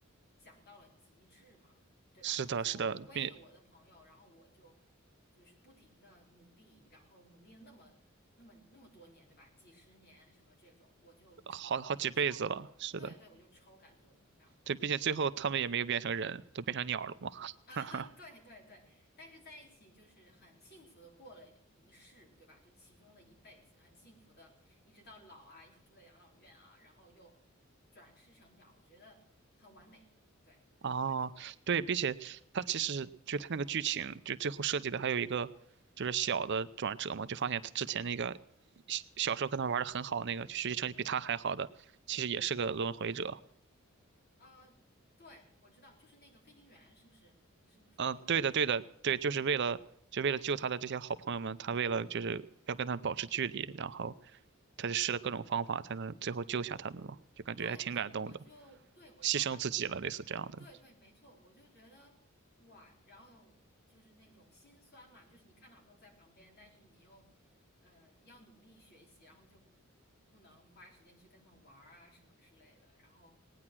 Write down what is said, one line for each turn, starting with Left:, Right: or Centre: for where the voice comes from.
Left: 讲到了极致嘛。对吧？
Right: 是的，
Left: 就是说我为了我的朋友，
Right: 是的，并
Left: 然后我就就是不停的努力，然后努力了那么那么那么多年，对吧？几十年什么这种，我就超我就超，
Right: 好好几辈子了。是的，
Left: 对对，我就超感动这样子
Right: 对，并且最后他们也没有变成人，都变成鸟了嘛。<laughs>
Left: 啊，
Right: 哈哈。
Left: <laughs> 对对对，但是在一起就是很幸福的过了一世，对吧？就其中的一辈子，很幸福的，一直到老啊，一起住在养老院啊，然后又转世成鸟，我觉得很完美。对，对于我来说，
Right: 哦，对，并且他其实就他那个剧情，就最后设计的还有一个就是小的转折嘛，就发现他之前那个小小时候跟他玩的很好那个，就学习成绩比他还好的，其实也是个轮回者。
Left: 啊、对，我知道，就是那个飞行员，是不是？你是不是说那个飞行员？
Right: 嗯，呃对的，对的，对，就是为了就为了救他的这些好朋友们，
Left: 嗯嗯。
Right: 他为了就是要跟他们保持距离，然后他就试了各种方法才能最后救下他们嘛，就感觉还挺感动的，
Left: 对对，我就对我超感动，
Right: 牺牲自己了，类似这样的。
Left: 对对，没错，我就觉得哇，然后就是那种心酸嘛，就是你看到好朋友在旁边，但是你又呃要努力学习，然后就不能花时间去跟他们玩儿啊什么之类的，然后